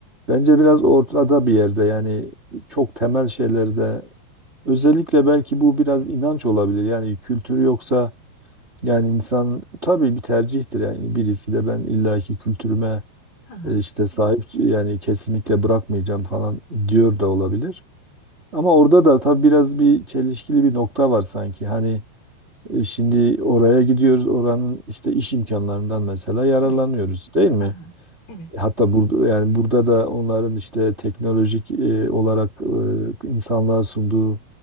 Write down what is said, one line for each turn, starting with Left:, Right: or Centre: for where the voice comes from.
Right: Bence biraz ortada bir yerde yani çok temel şeylerde Özellikle belki bu biraz inanç olabilir. Yani kültürü yoksa yani insan tabii bir tercihtir. Yani birisi de ben illaki kültürüme
Left: Hı hı,
Right: e, işte sahip yani kesinlikle bırakmayacağım falan diyor da olabilir. Ama orada da tabii biraz bir çelişkili bir nokta var sanki. Hani e, şimdi oraya gidiyoruz oranın işte iş imkanlarından mesela yararlanıyoruz
Left: evet,
Right: değil mi?
Left: Hı hı, evet,
Right: Hatta burada yani burada da onların işte teknolojik e, olarak e, insanlığa sunduğu